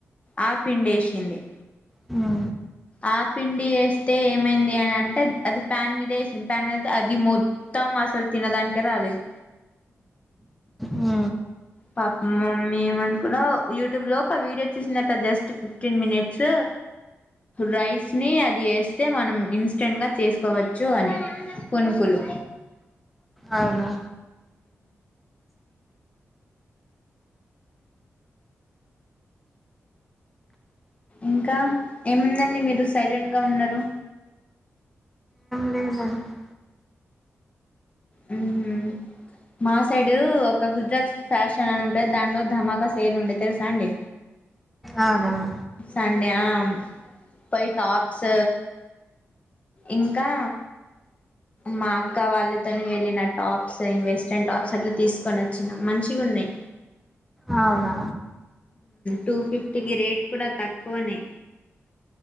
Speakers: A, on the left (about 25°); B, in the centre.
A: ఆ పిండి <unintelligible>
B: ఆ
A: ఆ పిండి వేస్తే ఏమైంది అని అంటే అది ప్యాన్ మీద వేసింది ప్యాన్ మీద అయితే అది మో తం అసలు తినేదానికే రాలేదు
B: ఉ
A: పాపం మ మమ్మీ <unintelligible> అనుకున్నా యూట్యూబ్ లో ఒక ఆ వీడియో చూసిందట జస్ట్ ఫిఫ్టీన్ మినిట్స్ రైస్ ని అది ఎస్తే మనం ఇన్స్టెంట్ గా చేసుకోవచ్చు అని పోనుకులు
B: అవున
A: ఇంక ఏముందండి మీరు సైలెంట్ గా ఉన్నారు
B: లేద <unintelligible>
A: ఆహ మా సైడ్ ఒక గుజరాత్ ఫ్యాషన్ అని ఉంటది దాంట్లో ధమాక సేల్ ఉండేది తెలుసా అండి
B: అవునవును
A: సండే ఆపోయి టాప్స్ ఇంకా మా అక్క వాళ్ళతోనే వెళ్ళిన టాప్స్ వెస్ట్రన్ టాప్స్ అట్ల తీసుకొని వచ్చిన మంచిగా ఉన్నాయి
B: అవున
A: టూ ఫిఫ్టీ కి రేట్ కూడ తక్కువనే